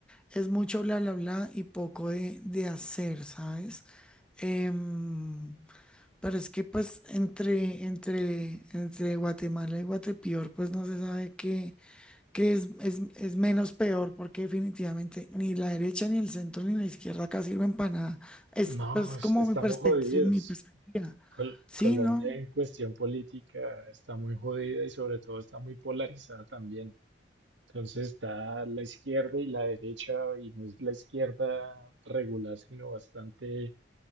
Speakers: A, in the centre; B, on the right.
A: Es mucho bla, bla, bla y poco de, de hacer, ¿sabes? Em, pero es que pues entre, entre, entre Guatemala y Guatepeor, pues no se sabe qué, qué es, es, es menos peor, porque definitivamente ni la derecha, ni el centro, ni la izquierda acá sirven para nada. Es
B: No,
A: pues
B: es-
A: como
B: estamos
A: mi perspectiva,
B: jodidos.
A: mi perspectiva.
B: Col-
A: Sí,
B: Colombia
A: ¿no?
B: en cuestión política está muy jodida y sobre todo está muy polarizada también. Entonces está la izquierda y la derecha, y no es la izquierda regular, sino bastante